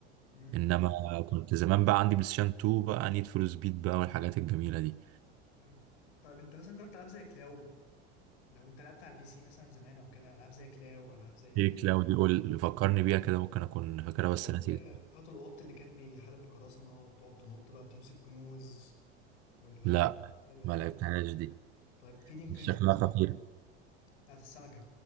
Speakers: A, on the left (about 75°); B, on the right (about 45°).
A: امم
B: انما
A: حلو
B: كنت زمان بقى عندي بلاي ستيشن 2 بقى نيد فور سبيد بقى والحاجات الجميله دي
A: حلو. طيب انت مثلا جربت العاب زي كلاو لو انت لعبت على البي سي مثلا زمان او كده العاب زي كلاو العاب زي
B: ايه كلاودي قول فكرني بيها كده ممكن اكون
A: بتاعت
B: فاكرها بس
A: ال-
B: نسيت
A: بتاعت القط اللي كان بيحارب القراصنه وتقعد تنط بقى وتمسك كنوز والحركه
B: لا
A: الالعاب
B: ما لعبتهاش
A: القديمه دي
B: دي
A: طيب فيدينج فرينزي
B: شكلها خطير
A: بتاعت السمكة